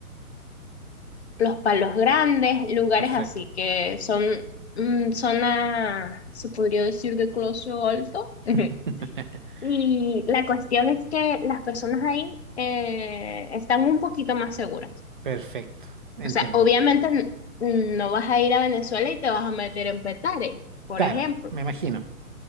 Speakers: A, on the left; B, on the right.
A: los Palos Grandes, lugares
B: Perfecto.
A: así que son mm, zona, se podría decir de closo alto. <laughs>
B: <laughs>
A: Y la cuestión es que las personas ahí eh, están un poquito más seguras.
B: Perfecto, entiendo.
A: O sea, obviamente n- no vas a ir a Venezuela y te vas a meter en Petare, por
B: Claro,
A: ejemplo.
B: me imagino,